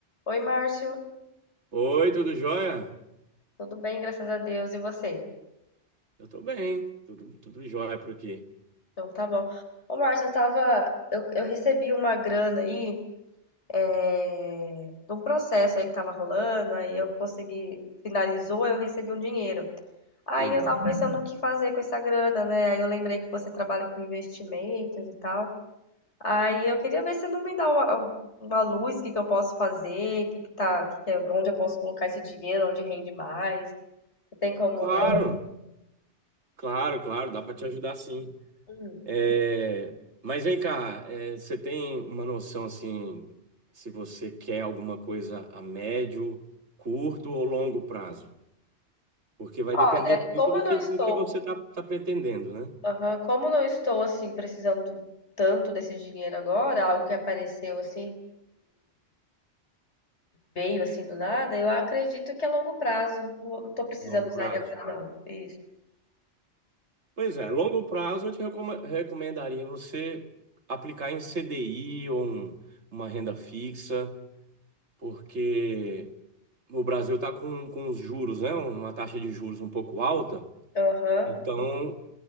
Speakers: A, on the left; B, on the right.
A: Oi, Márcio.
B: Oi, tudo jóia?
A: Tudo bem, graças a Deus. E você?
B: Eu tô bem, tudo, tudo jóia por aqui.
A: Então tá bom. Ô, Márcio, eu tava. Eu, eu recebi uma grana aí, é, de um processo aí que tava rolando, aí eu consegui. Finalizou, eu recebi um dinheiro. Aí
B: Hum,
A: eu tava pensando o que fazer com essa grana, né? Aí eu lembrei que você trabalha com investimentos e tal. Aí eu queria ver se não me dá uma, uma luz, o que que eu posso fazer, que que tá, que que é- onde eu posso colocar esse dinheiro, onde rende mais. Você tem como
B: Claro,
A: me
B: claro, claro, dá para te ajudar sim.
A: ajudar?
B: É, mas vem cá, é, você tem uma noção assim, se você quer alguma coisa a médio, curto ou longo prazo? Porque vai
A: Olha,
B: depender muito
A: como eu
B: do
A: não
B: que,
A: estou,
B: do que você tá, tá pretendendo, né?
A: aham, como eu não estou assim precisando tanto desse dinheiro agora, algo que apareceu assim, veio assim do nada, eu acredito que a longo prazo não estou precisando
B: Longo
A: usar
B: prazo.
A: ele agora não. Isso.
B: Pois é, longo prazo eu te recoma- recomendaria você aplicar em CDI ou um- uma renda fixa. porque o Brasil está com, com os juros, né? Uma taxa de juros um pouco alta.
A: Aham.
B: Então,